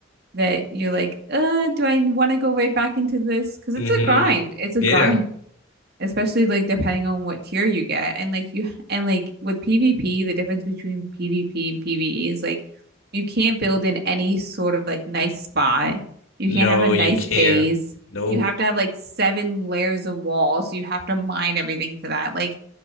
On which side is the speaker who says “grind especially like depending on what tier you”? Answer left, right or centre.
Right